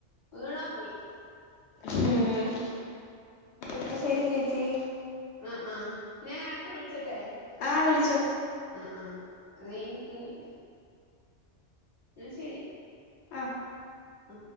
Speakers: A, in the centre; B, on the left.
A: വീണാ പോയി
B: ഉം പിന്നെ ശരി ചേച്ചീ
A: ആ ആ ഞാൻ ആട്ട് വിളിച്ചെട്ടെ
B: ആ വിളിച്ചോ
A: ആ ആ അത് നിക്ക് ഇനി ന്നാ ശെരി
B: ആ
A: ആ